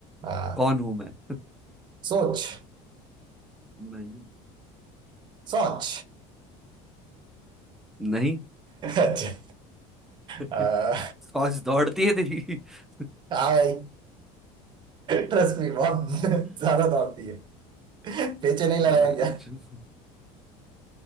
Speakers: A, on the right; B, in the centre.
A: हाँ
B: कौन हूं मैं <laughs>
A: सोच
B: नहीं
A: सोच
B: नहीं
A: अच्छा
B: <laughs>
A: आ,
B: आज दौड़ती है तेरी <laughs>
A: हाँ भाई ट्रस्ट मी बहुत ज्यादा दौड़ती है पेचे नहीं लड़ाया
B: अच्छा।
A: क्या